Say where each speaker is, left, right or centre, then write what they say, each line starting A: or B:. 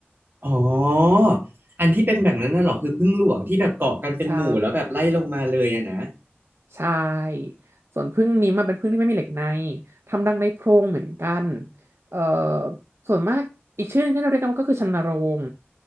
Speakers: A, on the right; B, on the right.
A: อ๋ออันที่เป็นแบบนั้นน่ะเหรอคือผึ้งหลวงที่แบบเกาะกันเป็นหมู่แล้วแบบไล่ลงมาเลยอะนะ
B: ใช่ใช่ส่วนผึ้งนี้มอะเป็นผึ้งที่ไม่มีเหล็กในทำรังในโพรงเหมือนกันเอ่อส่วนมากอีกชื่อหนึงที่เราเรียกกันว่าก็คือชันนโรง